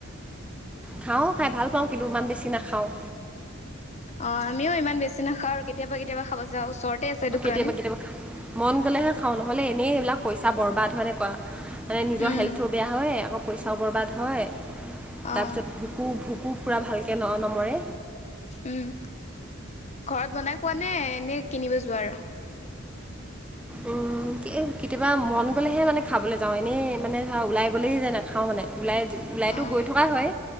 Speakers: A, in the centre; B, on the left.
A: খাওঁ খাই ভাল পাওঁ কিন্তু ইমান বেছি নাখাওঁ
B: অ আমিও ইমান বেছি নাখাওঁ আৰু কেতিয়াবা কেতিয়াবা খাব যাওঁ ওচৰতে আছে দোকান
A: কেতিয়াবা কেতিয়াবা খা- মন গ'লেহে খাওঁ নহ'লে এনেই এইবিলাক পইচা বৰবাদ হয় নে কোৱা মানে নিজৰ
B: উম,
A: হেল্থো বেয়া হয় আকৌ পইচাও বৰবাদ হয়। তাৰপিছত
B: অ',
A: ভুকো ভুকো পুৰা ভালকে ন নমৰে
B: উম ঘৰত বনাই খোৱা নে এনে কিনিব যোৱা আৰু
A: উম এই কেতিয়াবা মন গ'লেহে মানে খাবলৈ যাওঁ এনেই মানে ধৰা ওলাই গ'লেই যায় নাখাওঁ মানে ওলাই ওলাইতো
B: অ',
A: গৈ থকা হয়